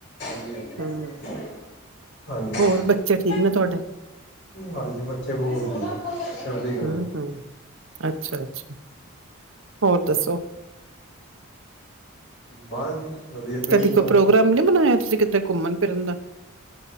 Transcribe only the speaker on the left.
<inaudible>
ਹਾਂਜੀ
ਹਾਂਜੀ ਬੱਚੇ ਬਹੁਤ ਵਧੀਆ ਚੜ੍ਹਦੀ ਕਲਾ
ਚ।
ਬਸ ਜੀ ਵਧੀਆ ਤੁਸੀਂ
ਸੁਣਾਓ